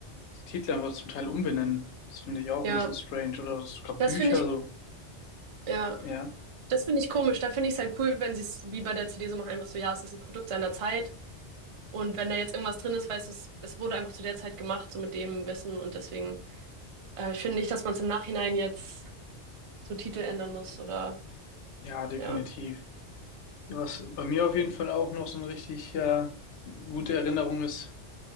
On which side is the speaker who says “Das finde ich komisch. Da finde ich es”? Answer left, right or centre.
Right